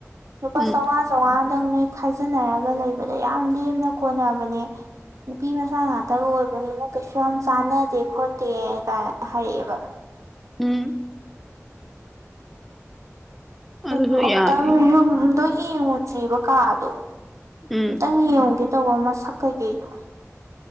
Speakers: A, on the right; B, in the centre.
A: ꯂꯨꯄꯥ
B: ꯎꯝ
A: ꯆꯥꯝꯃꯉꯥ ꯆꯥꯃꯉꯥꯗꯪ ꯅꯣꯏ ꯈꯥꯏꯖꯤꯟꯅꯔꯒ ꯂꯩꯕꯗ ꯌꯥꯝ ꯂꯦꯝꯅ ꯀꯣꯟꯅꯕꯅꯦ ꯅꯨꯄꯤ ꯃꯆꯥ ꯉꯥꯛꯇꯒ ꯑꯣꯏꯕꯅꯤꯅ ꯀꯩꯁꯨ ꯌꯥꯝ ꯆꯥꯟꯅꯗꯦ ꯈꯣꯠꯇꯦ ꯀꯥꯏꯅ ꯍꯥꯏꯔꯛꯑꯦꯕ
B: ꯎꯝ ꯑꯗꯨꯁꯨ
A: ꯑꯗꯨ ꯑꯃꯨꯛꯇꯪ
B: ꯌꯥꯏ
A: ꯌꯨꯝꯗꯣ ꯌꯦꯡꯉꯨꯖꯦꯕ ꯀꯥꯗꯣ
B: ꯎꯝ
A: ꯑꯨꯛꯇꯪ ꯌꯦꯡꯉꯨꯒꯦ ꯇꯧꯕ ꯃꯁꯛ ꯀꯩꯀꯩꯗꯣ